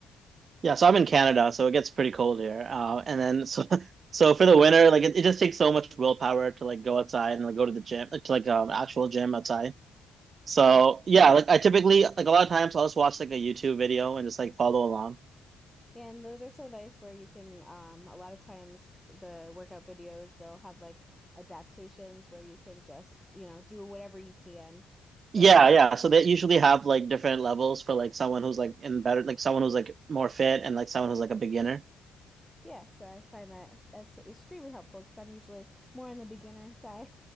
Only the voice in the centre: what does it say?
Yeah.
I
and those are so nice where you can um a lot of times the workout videos they'll have like adaptations where you can just, you know, do whatever you can. So,
yeah, so I find that that's extremely helpful because I'm usually more on the beginner side.